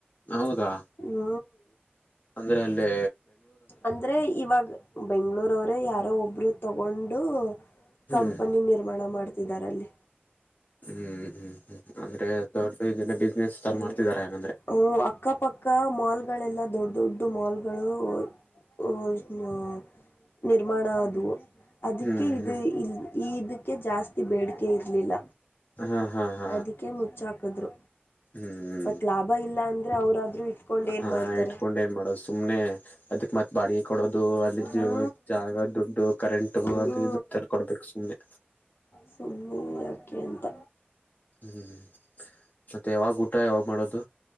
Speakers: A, on the left; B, on the left.
A: ಹೌದಾ
B: ಹ್ಮೂ
A: ಅಂದ್ರೆ ಅಲ್ಲೇ
B: ಅಂದ್ರೆ ಇವಾಗ್ ಬೆಂಗ್ಳೂರ ಅವ್ರು ಯಾರೋ ಒಬ್ರು. ತಗೊಂಡು
A: ಹ್ಮ್
B: ಕಂಪನಿ ನಿರ್ಮಾಣ ಮಾಡ್ತಿದ್ದಾರಲ್ಲಿ.
A: ಹ್ಮ್ ಹ್ಮ್ ಹ್ಮ್ ಅಂದ್ರೆ ದೊಡ್ಡ ಇದನ ಬಿಸ್ನೆಸ್ ಚಾಲು
B: ಹ್ಮ್
A: ಮಾಡ್ತಿದಾರೆ ಹಂಗಂದ್ರೆ.
B: ಹ್ಞೂ ಅಕ್ಕಪಕ್ಕ ಮಾಲ್ಗಳೆಲ್ಲ ದೊಡ್ಡ ದೊಡ್ಡ ಮಾಲ್ಗಳೂ ಊ ನ ನಿರ್ಮಾಣ ಆದವು ಅದಕ್ಕೆ
A: ಹ್ಮ್
B: ಇದು
A: ಹ್ಮ್
B: ಇ ಈ ಇದಕ್ಕೆ ಜಾಸ್ತಿ ಬೇಡಿಕೆ ಇರಲಿಲ್ಲ.
A: ಹ ಹ ಹ
B: ಅದಕ್ಕೆ ಮುಚ್ಚಾಕದ್ರು.
A: ಹ್ಮ್್ಮ
B: ಮತ್ ಲಾಭ ಇಲ್ಲ ಅಂದ್ರೆ ಅವ್ರಾದ್ರರು ಇಟ್ಕೊಂಡ್ ಏನ್
A: ಹಾ
B: ಮಾಡ್ತಾರೆ.
A: ಇಟ್ಕೊಂಡ್ ಏನ್ ಮಾಡೋದು ಸುಮ್ನೆ ಅದಕ್ ಮತ್ ಬಾಡಿಗೆ ಕೊಡೋದು ಅಲ್ಲಿ
B: ಹ್ಞೂ
A: ಜಾಗ ದುಡ್ಡು ಕರೆಂಟು
B: ಹ್ಞೂ
A: ಅದು ಇದು ತಲ್ ಕೊಡ್ಬೇಕು ಸುಮ್ಮನೆ.
B: ಸುಮ್ಮನೆ ಯಾಕೆ ಅಂತ
A: ಹ್ಮ್ ಮತ್ತೆ ಯಾವಾಗ ಊಟ ಯಾವಾಗ್ ಮಾಡೋದು